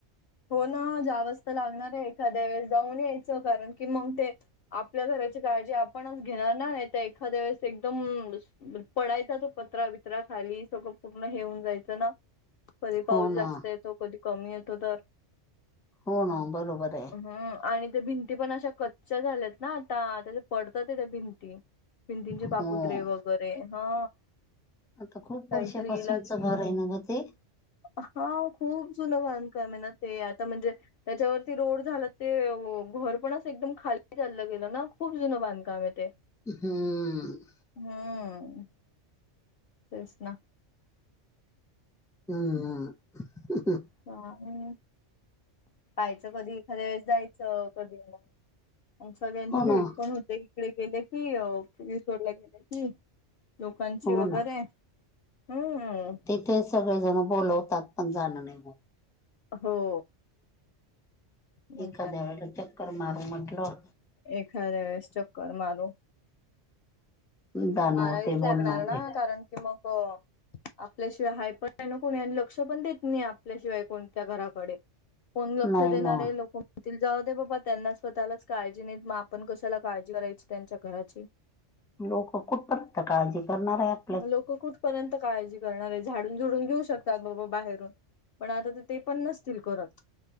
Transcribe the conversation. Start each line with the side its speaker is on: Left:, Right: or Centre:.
Left: हो ना जावत लागणार आहे एखाद्या वेळेस जाऊन यायचं कारण की मग ते आपल्या घराची काळजी आपणच घेणार ना नाही तर एखाद्या वेळेस एकदम दुस पडायचा तो पत्रा बित्रा खाली सगळं पूर्ण हे होऊन जायचं ना. कधी पाऊस
Centre: हो
Left: जास्त
Centre: ना
Left: येतो कधी कमी येतो तर
Centre: हो ना बरोबर आहे.
Left: हम्म आणि ते भिंती पण अशा कच्च्या झाल्यात ना आता त्या ते पडतात आहे त्या भिंती. भिंतींचे
Centre: हो.
Left: पापुत्रे वगैरे हा
Centre: आता खूप
Left: काहीतरी
Centre: वर्षापासूनचं
Left: इलाज
Centre: घर आहे ना ग ते?
Left: हा खूप जुनं बांधकाम आहे ना ते आता म्हणजे त्याच्यावरती रोड झाला ते हो घर पण एकदम खाली चाललं गेलं ना खूप जुनं बांधकाम आहे ते.
Centre: हम्म.
Left: हम्म. तेच ना,
Centre: हम्म हम्म.
Left: आणि पाहायचं कधी एखाद्या वेळेस जायचं. कधी मग सगळ्यांची
Centre: हो
Left: भेट
Centre: ना
Left: पण होते. तिकडे गेले कि <unintelligible> गेले की लोकांची
Centre: हो
Left: वगैरे,
Centre: ना
Left: हम्म.
Centre: तेचं सगळेजण बोलवतात, पण जाण नाही होत.
Left: हो. मग
Centre: एखाद्या वेळेला चक्कर मारू म्हटलं.
Left: एखादं वेळेस चक्कर मारू.
Centre: जाणं
Left: मारायलाच
Centre: होते बोलणं
Left: लागणार
Centre: होते
Left: ना, कारण कि मग. आपल्याशिवाय हाय पण कोणी आणि, लक्ष पण देत नाही आपल्याशिवाय कोणत्या घराकडे. कोण लक्ष
Centre: नाही
Left: देणार
Centre: ना
Left: आहे लोकं तिला जाऊ दे बाबा त्यांना स्वतःलाच काळजी नाहीत, मग आपण कशाला काळजी करायची त्यांच्या घराची.
Centre: लोक कुठपर्यंत काळजी करणार आहेत.
Left: ते लोक कुठपर्यंत काळजी करणार आहे, झाडून झुडून घेऊ शकतात बाबा बाहेरून, पण आता तर ते पण नसतील करत.